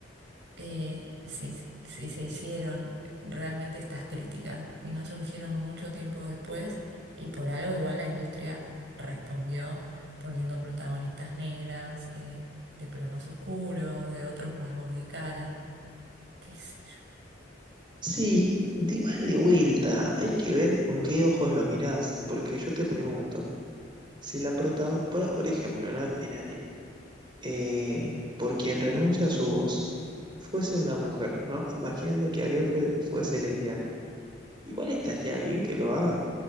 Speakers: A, on the right; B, on the right.
A: eh, si, si se hicieron realmente estas críticas y no surgieron mucho tiempo después y por algo igual la industria respondió poniendo protagonistas negras, eh, de pelo más oscuro, de otros rasgos de cara, qué sé yo.
B: Sí, de igual de vuelta, hay que ver con qué ojos lo mirás, porque yo te pregunto, si la prota, por, por ejemplo, ¿no? En Ariel, eh, por quien renuncia a su voz fuese una mujer, ¿no? Imaginando que Ariel fue- fuese lesbiana. Igual estaría bien que lo haga,